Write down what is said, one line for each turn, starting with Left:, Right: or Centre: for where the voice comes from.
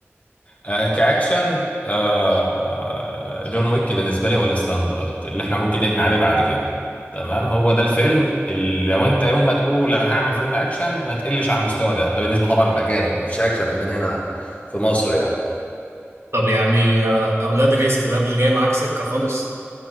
Left: آه كأكشن آه جون ويك بالنسبة لي هو الستاندرد اللي احنا ممكن نبني عليه بعد كده تمام هو ده الفيلم اللي لو انت يوم ما تقول انا هعمل فيلم اكشن ما تقلش على المستوى ده ده بالنسبة طبعا للأجانب مفيش اكشن عندنا هنا في مصر يعني
Right: طب يعني آه، أولاد رزق ده مش جاي معاك سكة خالص